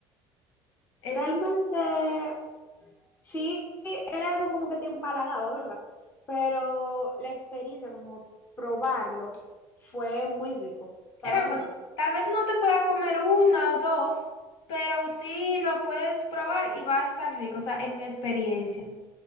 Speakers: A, on the left (about 70°); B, on the left (about 20°).
A: Eso
B: Realmente, sí, era algo como que te empalagaba, ¿verdad? Pero la experiencia, como probarlo, fue muy rico. Estaba
A: era
B: muy
A: bueno.
B: rico.
A: Tal vez no te pueda comer una o dos, pero sí lo puedes probar y va a estar rico, o sea, en mi experiencia.